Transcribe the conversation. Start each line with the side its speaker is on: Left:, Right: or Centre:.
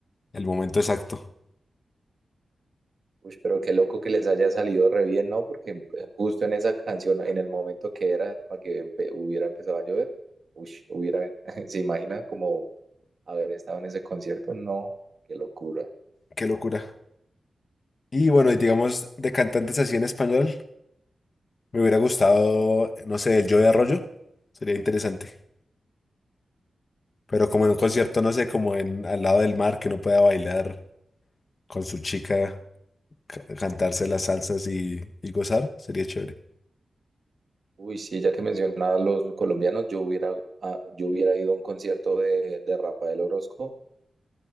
Left: el momento exacto.
Right: Uy, pero qué loco que les haya salido re bien, ¿no? Porque eh, justo en esa canción, en el momento que era para que empe- hubiera empezado a llover, uy, hubiera, <laughs> ¿se imagina como haber estado en ese concierto? No, qué locura.
Left: Qué locura. Y bueno, y digamos de cantantes así en español. Me hubiera gustado, no sé, el Joe de Arroyo. Sería interesante. Pero como en un concierto, no sé, como en al lado del mar, que uno pueda bailar con su chica, ca- cantarse las salsas y, y gozar, sería chévere.
Right: Uy, sí, ya que mencionaba a los colombianos, yo hubiera, a- yo hubiera ido a un concierto de, de Rafael Orozco,